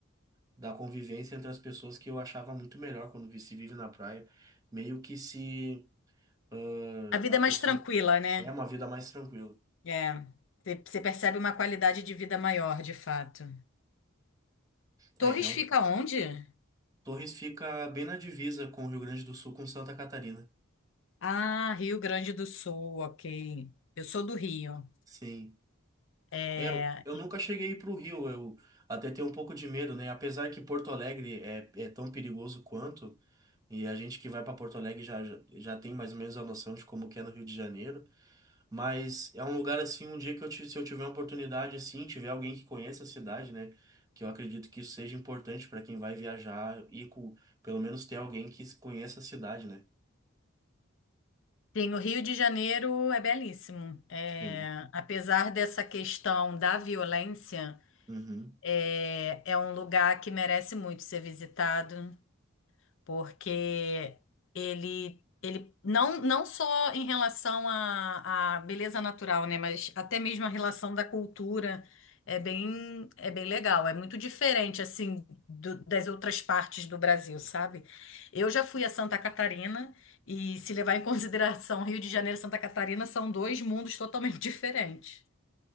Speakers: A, on the right (about 15°); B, on the left (about 65°).
A: da convivência entre as pessoas que eu achava muito melhor quando vi- se vive na praia. Meio que se ah,
B: A vida
A: a
B: é
A: pessoa
B: mais tranquila, né?
A: é uma vida mais tranquila.
B: É, você você percebe uma qualidade de vida maior, de fato. Torres
A: É, realmente.
B: fica onde?
A: Torres fica bem na divisa com o Rio Grande do Sul, com Santa Catarina.
B: Ah, Rio Grande do Sul, ok. Eu sou do Rio.
A: Sim.
B: É,
A: É, eu eu nunca cheguei para o Rio, eu até tenho um pouco de medo, né? Apesar que Porto Alegre é, é tão perigoso quanto. E a gente que vai para Porto Alegre já, já, já tem mais ou menos a noção de como que é no Rio de Janeiro, mas é um lugar assim, um dia que eu ti- se eu tiver uma oportunidade assim, tiver alguém que conheça a cidade, né, que eu acredito que isso seja importante para quem vai viajar e com, pelo menos ter alguém que se- conheça a cidade, né?
B: tem o Rio de Janeiro, é belíssimo. É,
A: Sim.
B: apesar dessa questão da violência.
A: Uhum.
B: É, é um lugar que merece muito ser visitado, porque ele, ele não, não só em relação à, à beleza natural, né, mas até mesmo a relação da cultura é bem, é bem legal. É muito diferente, assim, do- das outras partes do Brasil, sabe? Eu já fui a Santa Catarina e, se levar em <laughs> consideração Rio de Janeiro e Santa Catarina, são dois mundos totalmente <laughs> diferentes.